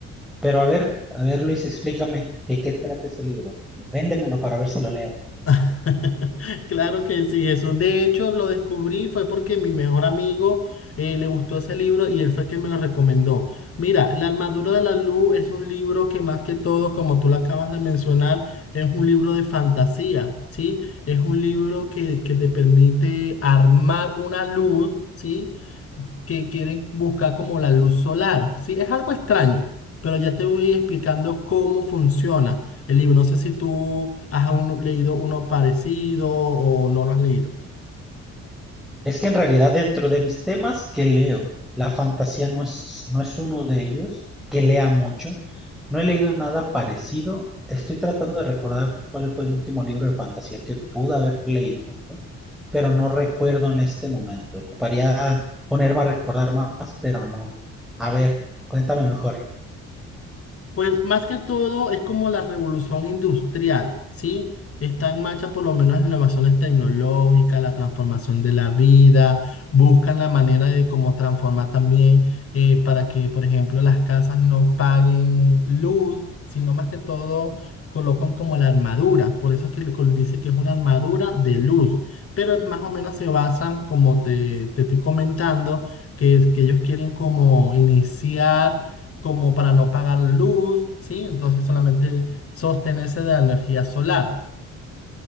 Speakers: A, in the centre; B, on the left.
A: Pero a ver, a ver, Luis, explícame de qué trata ese libro. Véndemelo para ver si lo leo.
B: <laughs> Claro que sí, Jesús. De hecho, lo descubrí fue porque mi mejor amigo eh, le gustó ese libro y él fue quien me lo recomendó. Mira, La armadura de la luz es un libro que más que todo, como tú lo acabas de mencionar, es un libro de fantasía, ¿sí? Es un libro que, que te permite armar una luz, ¿sí? que quieren buscar como la luz solar. Sí, es algo extraño, pero ya te voy explicando cómo funciona el libro. No sé si tú has aún leído uno parecido o no lo has leído.
A: Es que en realidad dentro de mis temas que leo, la fantasía no es, no es uno de ellos, que lea mucho. No he leído nada parecido. Estoy tratando de recordar cuál fue el último libro de fantasía que pude haber leído, pero no recuerdo en este momento. Ocuparía ponerme a recordar más, pero no. A ver, cuéntame mejor.
B: Pues más que todo es como la revolución industrial, ¿sí? Está en marcha por lo menos las innovaciones tecnológicas, la transformación de la vida, buscan la manera de cómo transformar también eh, para que, por ejemplo, las casas no paguen luz, sino más que todo colocan como la armadura, por eso es que le col- dice que es una armadura de luz, pero más o menos se basan, como te, te estoy comentando, que, es, que ellos quieren como iniciar como para no pagar luz, ¿sí? Entonces solamente sostenerse de la energía solar.